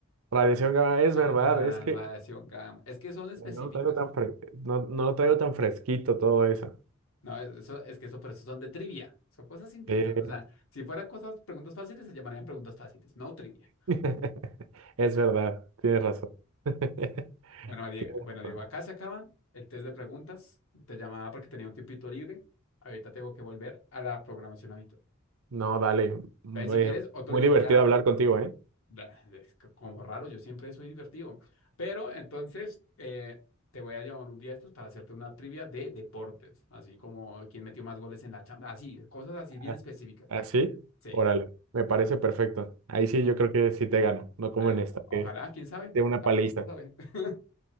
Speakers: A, on the right; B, on the left.
A: Radiación gamma, es
B: Ajá,
A: verdad, es que
B: radiación gamma. Es que son específicas.
A: no lo traigo tan, fre- no, no lo traigo tan fresquito todo eso.
B: No, eso, es que eso, por eso son de trivia. Son cosas interesantes.
A: Eh,
B: O sea, si fueran cosas, preguntas fáciles, se llamarían preguntas fáciles, no trivia.
A: <laughs> es verdad, tienes razón. <laughs>
B: Bueno, Die-
A: Tienes
B: bueno, Diego,
A: razón.
B: acá se acaban el test de preguntas. Te llamaba porque tenía un tiempito libre. Ahorita tengo que volver a la programación habitual.
A: No, dale. Muy,
B: Entonces, si quieres, otro
A: muy
B: día
A: divertido
B: te hablo.
A: hablar contigo, ¿eh?
B: Da, Es que como raro, yo siempre soy divertido. Pero entonces, eh, te voy a llamar un día de estos para hacerte una trivia de deportes. Así como quién metió más goles en la chamba. Así, cosas así
A: ¿Ah
B: bien específicas.
A: ¿Así?
B: Sí.
A: Órale, me parece perfecto. Ahí sí yo creo que sí te gano, no como
B: Eh,
A: en esta,
B: ojalá,
A: que
B: quién sabe.
A: de una paliza.
B: Uno nunca sabe. <laughs>